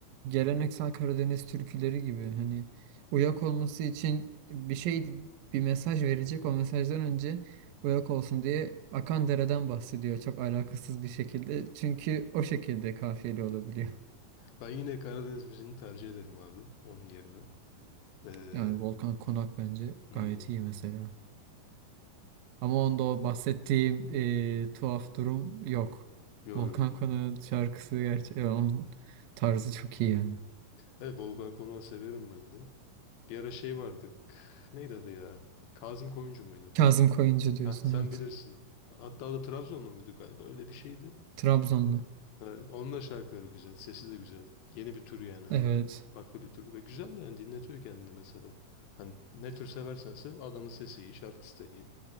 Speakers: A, on the right; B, on the left.
A: geleneksel Karadeniz türküleri gibi hani uyak olması için bir şey bir mesaj verecek o mesajdan önce uyak olsun diye akan dereden bahsediyor çok alakasız bir şekilde çünkü o şekilde kafiyeli olabiliyor.
B: Ben yine Karadeniz müziğini tercih ederim abi onun yerine. Ee,
A: Yani Volkan Konak bence
B: hmm.
A: gayet iyi mesela.
B: <laughs>
A: Ama onda o bahsettiğim e, tuhaf durum yok.
B: Yo,
A: Volkan
B: yo, biliyorum.
A: Konak'ın şarkısı gerçi e, onun tarzı çok iyi yani.
B: Evet Volkan Konak'ı severim ben de. Bir ara şey vardı. k- Neydi adı ya? Kazım Koyuncu muydu?
A: Kazım Koyuncu diyorsun
B: Heh. Sen
A: evet.
B: bilirsin. Hatta o da Trabzonlu muydu galiba? Öyle bir şeydi.
A: Trabzonlu.
B: Evet, onun da şarkıları güzel. Sesi de güzel. Yeni bir tür yani hani
A: Evet.
B: farklı bir tür ve güzel yani dinletiyor kendini mesela. Hani ne tür seversen sev adamın sesi iyi, şarkısı da iyi.